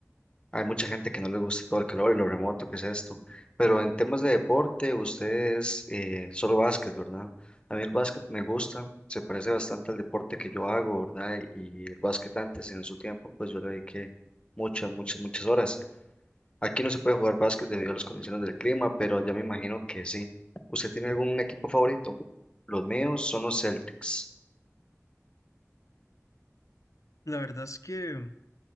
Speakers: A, on the left; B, on the left.
A: hay mucha gente que no les gusta todo el calor y lo remoto que es esto. Pero en temas de deporte, ustedes eh, solo básquet, ¿verdad? A mí el básquet me gusta, se parece bastante al deporte que yo hago, ¿verdad? Y el básquet antes, en su tiempo, pues yo le dediqué muchas, muchas, muchas horas. Aquí no se puede jugar básquet debido a las condiciones del clima, pero allá me imagino que sí. ¿Usted tiene algún equipo favorito? Los míos son los Celtics.
B: La verdad es que